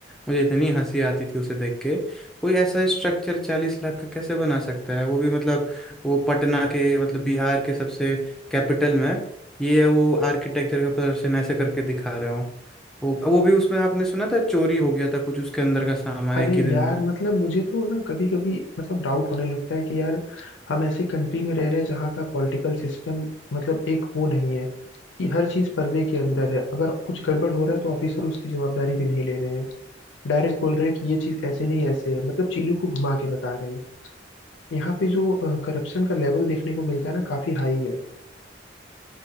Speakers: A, in the centre; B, on the left (about 85°).
A: मुझे इतनी हंसी आती थी उसे देख के कोई ऐसा स्ट्रक्चर चालीस लाख का कैसे बना सकता है वो भी मतलब वो पटना के मतलब बिहार के सबसे कैपिटल में ये वो आर्किटेक्चर का प्रदर्शन ऐसे करके दिखा रहे हो वो वो भी उसमें आपने सुना था चोरी हो गया था कुछ उसके अंदर का सामान
B: अरे
A: एक ही दिन
B: यार मतलब मुझे तो ना कभी कभी मतलब डाउट होने लगता है कि यार हम ऐसी कंट्री में रह रहे हैं जहाँ का पॉलिटिकल सिस्टम मतलब एक वो नहीं है कि हर चीज पर्दे के अंदर है अगर कुछ गड़बड़ हो रहा है तो ऑफिसर उसकी जवाबदारी भी नहीं ले रहे हैं डायरेक्ट बोल रहे हैं कि ये चीज ऐसे नहीं ऐसे है मतलब चीजों को घुमा के बता रहे हैं यहाँ पे जो करप्शन का लेवल देखने को मिलता है ना काफी हाई है